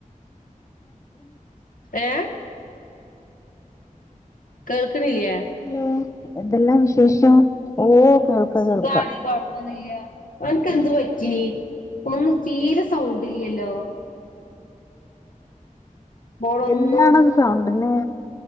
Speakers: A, on the left; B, on the left.
A: ഏ കേൾക്ക്ണില്ലേ
B: ലോ എതെല്ലാം വിശേഷം ഓ കേൾക്ക
A: സുഖാണ്
B: കേൾക്കാം
A: കൊഴപ്പൊന്നില്ല അവനക്ക്െന്ത് പറ്റി ഒന്ന് തീരെ സൗണ്ട് ഇല്ലല്ലോ ഫോണൊന്നും
B: എല്ലാണത് സൗണ്ടിന്